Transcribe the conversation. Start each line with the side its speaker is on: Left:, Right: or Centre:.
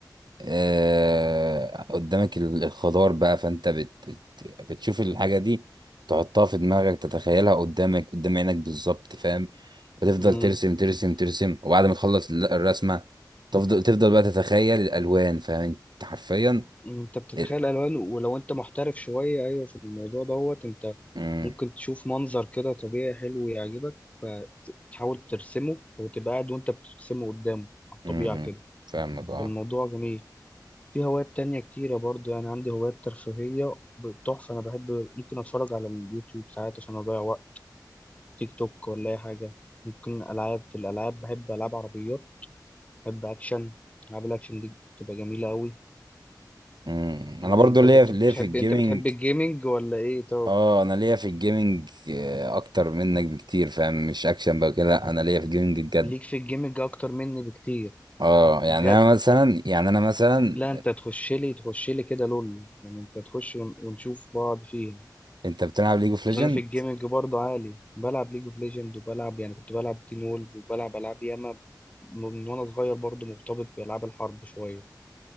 Right: آه، قدامك ال- الخضار بقى فانت بت بت- بتشوف الحاجة دي تحطها في دماغك تتخيلها قدامك قدام عينك بالظبط فاهم وتفضل
Left: مم.
Right: ترسم ترسم ترسم وبعد ما تخلص ال- الرسمة تفضل تفضل بقى تتخيل الألوان فاهم انت حرفيا
Left: انت بتتخيل
Right: ال-
Left: الوان ولو انت محترف شوية ايوه في الموضوع دوت انت
Right: مم،
Left: ممكن تشوف منظر كده طبيعي حلو يعجبك فتحاول ترسمه او تبقى قاعد وانت بترسمه قدامه على الطبيعة
Right: مم، مم.
Left: كده
Right: فاهمك اه
Left: فالموضوع جميل في هوايات تانية كتيرة برضو يعني عندي هوايات ترفيهية تحفة أنا بحب ممكن أتفرج على اليوتيوب ساعات عشان أضيع وقت تيك توك ولا أي حاجة ممكن ألعاب في الألعاب بحب ألعاب عربيات بحب أكشن ألعاب الأكشن دي بتبقى جميلة أوي
Right: مم.
Left: يعني
Right: انا برضو
Left: انت
Right: ليا
Left: كنت
Right: في
Left: بتحب
Right: ليا في الجيمنج
Left: انت بتحب الجيمنج ولا ايه طب
Right: اه انا ليا في الجيمنج آه، اكتر منك بكتير فاهم مش اكشن بقى كده لا انا ليا في الجيمنج بجد
Left: ليك في الجيمنج اكتر مني بكتير
Right: اه
Left: بجد
Right: يعني انا مثلا يعني انا مثلا
Left: لا انت تخش لي تخش لي كده لول يعني انت تخش ون- ونشوف بعض فيها
Right: انت بتلعب ليج اوف ليجند
Left: اصل انا في الجيمنج برضه عالي بلعب ليج اوف ليجند وبلعب يعني كنت بلعب تين وولف وبلعب العاب ياما م- من وانا صغير برضه مرتبط بالعاب الحرب شويه